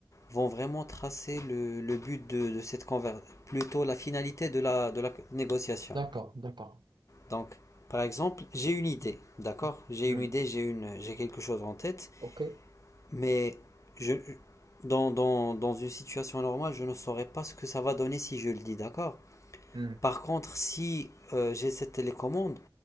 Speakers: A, on the left; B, on the right.
A: vont vraiment tracer le, le but de, de cette conversation, plutôt la finalité de la, de la négociation.
B: d'accord, d'accord.
A: Donc, par exemple, j'ai une idée, d'accord
B: Hmm.
A: J'ai
B: Hmm.
A: une idée, j'ai une, j'ai quelque chose en tête,
B: Ok.
A: mais je, dans, dans, dans une situation normale, je ne saurais pas ce que ça va donner si je le dis, d'accord
B: Hmm.
A: Par contre, si euh, j'ai cette télécommande,